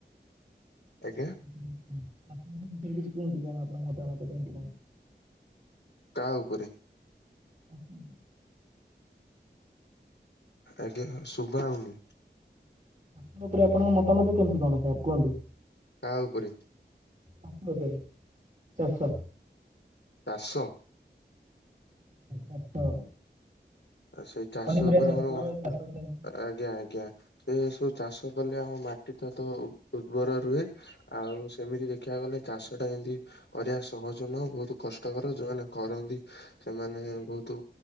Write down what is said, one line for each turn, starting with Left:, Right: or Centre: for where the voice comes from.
Left: ଆଜ୍ଞା
Right: ଆପଣରେ କିଛି କୁହନ୍ତୁ କଣ ଆପଣ ମତାମତ କେମିତି କଣ?
Left: କାହା ଉପରେ
Right: <unintelligible>
Left: ଆଜ୍ଞା ଶୁଭା ହଉନି।
Right: ଚାଷ ଉପରେ ଆପଣଙ୍କ ମତାମତ କେମିତି କଣ ସାର୍ କୁହନ୍ତୁ।
Left: କାହା ଉପରେ।
Right: <unintelligible> ଚାଷ
Left: ଚାଷ।
Right: ଚାଷ।
Left: ଆ ସେଇ ଚାଷ
Right: ପନିପରିବା
Left: ଉପରେ ମୋର
Right: ଏଇ ଚାଷ ସେମିତି
Left: ଆଜ୍ଞା ଆଜ୍ଞା। ସେ ସବୁ ଚାଷ କଲେ ଆମ ମାଟି ଟା ତ ଉର୍ବର ରୁହେ। ଆଉ ସେମିତି ଦେଖିବାକୁ ଗଲେ ଚାଷ ଟା ଏମିତି କରିବା ସହଜ ନୁହଁ ବହୁତ୍ କଷ୍ଟକର ଯୋଉମାନେ କରନ୍ତି ସେମାନେ ବହୁତ୍